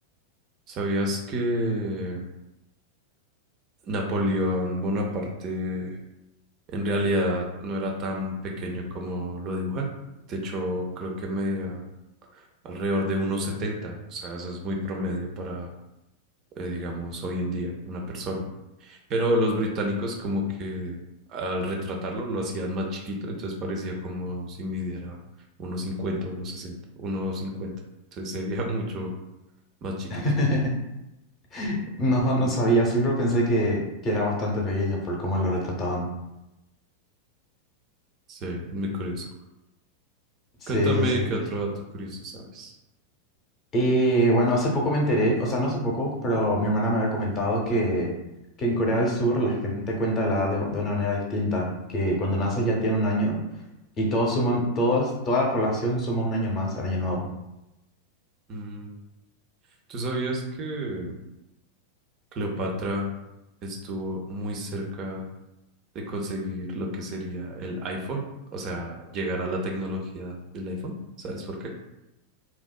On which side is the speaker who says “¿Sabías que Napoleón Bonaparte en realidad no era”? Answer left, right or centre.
Right